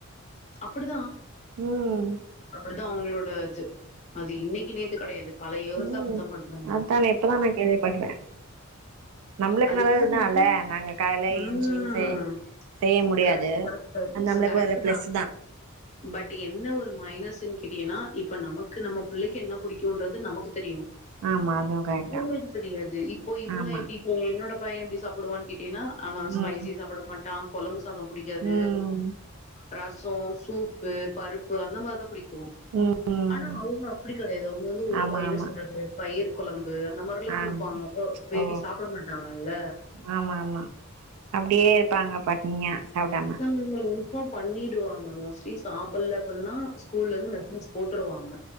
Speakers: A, on the left (about 30°); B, on the right (about 85°).
A: அப்படிதா
B: ம்
A: அப்படிதா அவங்களோட அது அது இன்னைக்கு நேத்து கெடையாது பல இயர்சா
B: ம்
A: அப்படிதா பன்றாங்க
B: அதானே இப்பதா நா கேள்விப்பட்றே நம்மளுக்கு
A: அதுக்கெல்லா
B: நல்லதுதா
A: சொல்லிட்டு
B: இல்ல நாங்க காலைல
A: ம்
B: என்ச்சி செய் செய்ய முடியாது
A: கரெக்ட் கரெக்ட்
B: அது நம்ளுக்கு
A: கரெக்ட்
B: ஒரு ப்ளஸ்ஸு தா
A: பட் என்ன ஒரு மைனஸுன் கேட்டீங்கன்னா இப்ப நமக்கு நம்ம பிள்ளைக்கு என்ன பிடிக்குன்றது நமக்கு தெரியு
B: ஆமா அதுவு கரெக்ட்
A: அவுங்களுக்கு
B: தா
A: தெரியாது இப்போ இவங்க
B: ஆமா
A: எப்டி ஹே என்னோட பையன் எப்டி சாப்டுவான் கேட்டீங்கன்னா அவ ஸ்பைசி
B: ம்
A: சாப்பட மாட்டா கொழம்பு சாதோ புடிக்காது
B: ம்
A: ரசோ சூப்பு பருப்பு அந்த மாறிதா புடிக்கு
B: ம்
A: ஆனா அவுங்க அப்டி கெடையாது அவுங்க வந்து
B: ஆமா
A: அ என்ன
B: ஆமா
A: சொல்றது பயிர் கொழம்பு அந்த மா றில்லா
B: ஆமா
A: குடுப்பாங்க போ பேபி
B: ஓ
A: சாப்ட மாட்டாங்கல்ல
B: ஆமா ஆமா அப்டியே இருப்பாங்க பட் னியா சாப்பிடாம
A: ஆனா நம்மள இன்ஃபார்ம் பண்ணிடுவாங்க மோஸ் ட்லி சாப்புல அப்டின்னா ஸ்கூல்ல இருந்து மெசேஜ் போட்டுருவாங்க